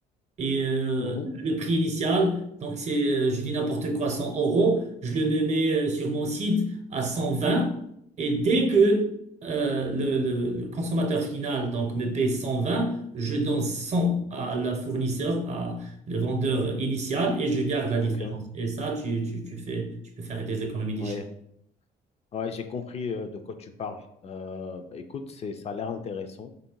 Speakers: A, on the right; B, on the left.
A: Et euh,
B: Mhm.
A: le prix initial, donc c'est, euh, je dis n'importe quoi, 100 euros, je le me mets euh, sur mon site à 120. Et dès que euh, le, le- le consommateur final donc, me paye 120, je donne 100 à la fournisseur, à le vendeur initial, et je garde la
B: Ok.
A: différence. Et ça, tu, tu, tu fais, tu peux faire des économies
B: Ouais.
A: d'échelle.
B: Ouais, j'ai compris euh, de quoi tu parles. Euh, bah, écoute, c'est, ça a l'air intéressant.